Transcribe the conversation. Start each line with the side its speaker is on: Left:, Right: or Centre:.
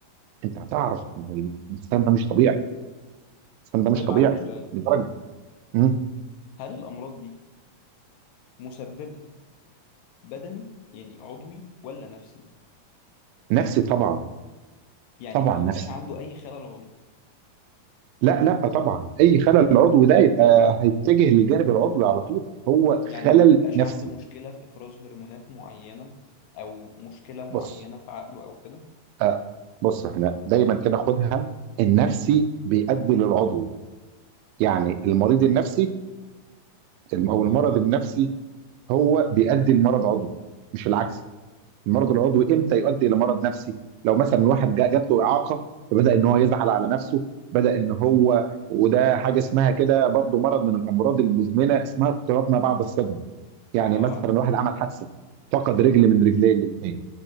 Right: انت هتعرف ان الانسان ده مش طبيعي الانسان ده مش
Left: طيب
Right: طبيعي
Left: عندي سؤال
Right: لدرجه مم.
Left: هل الامراض دي مسببها بدني يعني عضوي ولا نفسي
Right: نفسي طبعا
Left: يعني
Right: طبعا
Left: ما بيبقاش
Right: نفسي
Left: عنده اي خلل عضوي
Right: لا لا طبعا اي خلل عضوي ده يبقى هيتجه للجانب العضوي على طول هو
Left: يعني
Right: خلل
Left: ما بيبقاش
Right: نفسي
Left: عنده مشكلة في إفراز هرمونات معينة أو مشكلة معينة
Right: بص
Left: في عقله أو كده
Right: آه بص احنا دايما كده خدها النفسي بيؤدي للعضوي يعني المريض النفسي او المرض النفسي هو بيؤدي لمرض عضوي مش العكس المرض العضوي امتى يؤدي الى مرض نفسي لو مثلا واحد جا- جات له اعاقه فبدا ان هو يزعل على نفسه بدا ان هو وده حاجه اسمها كده برضه مرض من الامراض المزمنه اسمها اضطراب ما بعد الصدمه يعني
Left: اه
Right: مثلا
Left: عارف
Right: واحد عمل حادثه فقد رجل من رجليه الاثنين